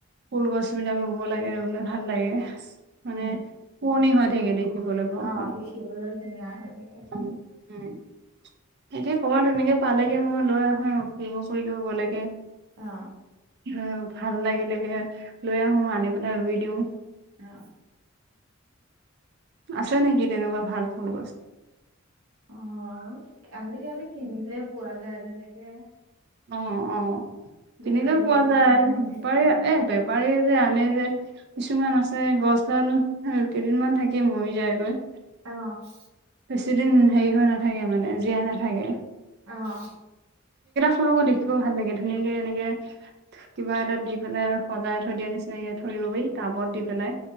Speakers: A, on the right; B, on the right.
A: ফুলগছ বিলাক ৰুব লাগে, ৰুলে ভাল লাগে। মানে
B: উম,
A: শুৱনি হয় থাকে দেই। দিবলৈ ঘৰখন।
B: অ', দেখিবলৈ ধুনীয়া হৈ থাকে
A: উম, এতিয়া ক'বাত এনেকে পালেগে মই লৈ আহো ফুৰিব কৰিব গ'লেগে।
B: আহ।
A: আহ, ভাল লাগিলেগে লৈ আহো আনি পেলাই ৰুই দিও।
B: অ'।
A: আছে নেকি, তেনেকুৱা ভাল ফুল গছ?
B: অ' আজিকালি কিনিলে পোৱা যায় তেনেকে।
A: অ' অ'
B: বেপাৰী
A: কিনিলেও পোৱা
B: বিলাকে
A: যায়,
B: আনি
A: বেপাৰী
B: থাকে নহয়।
A: এ বেপাৰীয়ে যে আনে যে। কিছুমান আছে গছডাল কেইদিনমান থাকি মৰি যায়গৈ।
B: অ'।
A: বেছিদিন হেৰি হৈ নাথাকে, মানে জীয়াই নাথাকে।
B: আহ।
A: <unintelligible> দেখিবও ভাল লাগে। ধুনীয়াকে এনেকে কিবা এটাত দি পেলাই সজাই থৈ দিয়া নিচিনাকে থৈ দিব পাৰি টাবত দি পেলাই।